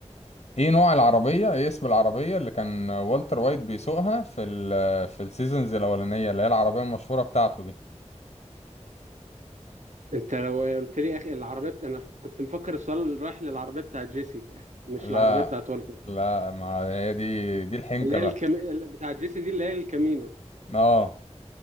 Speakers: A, on the left (about 55°); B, on the right (about 85°).
A: ايه نوع العربية ايه اسم العربية اللي كان والتر وايت بيسوقها في ال... في السيزونز الاولانية اللي هي العربية المشهورة بتاعته دي
B: انت لو قلت لي يا اخي العربية بت... انا كنت مفكر السؤال اللي رايح للعربية بتاعت جيسي مش
A: لا
B: العربية بتاعت والتر
A: لا ما هي دي دي الحنكة
B: اللي هي
A: بقى
B: الكمي... بتاعت جيسي دي اللي هي الكامينو
A: اه